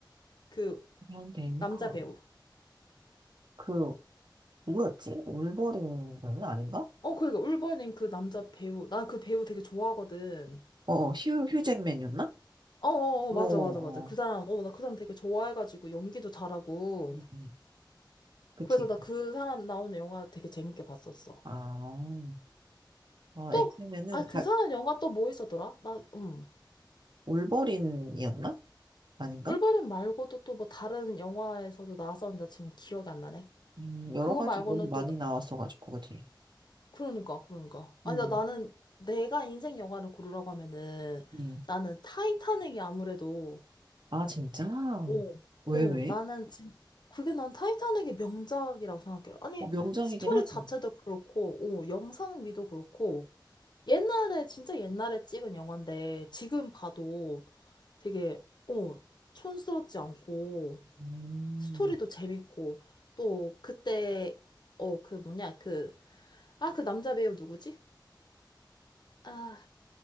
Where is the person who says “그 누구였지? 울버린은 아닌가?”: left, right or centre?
Right